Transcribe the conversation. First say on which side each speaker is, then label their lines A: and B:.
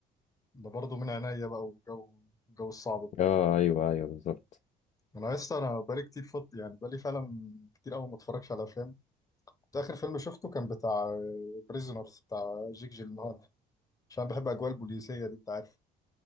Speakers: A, on the left; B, on the left.
A: ده برضه من عينيا بقى والجو الجو الصعب ده
B: اه ايوه ايوه بالظبط
A: انا لسه انا بقالي كتير فط يعني بقالي فعلا كتير قوي ما اتفرجش على افلام كنت اخر فيلم شفته كان بتاع بريزونرز بتاع جيك جيلنهال عشان بحب اجواء البوليسيه دي انت عارف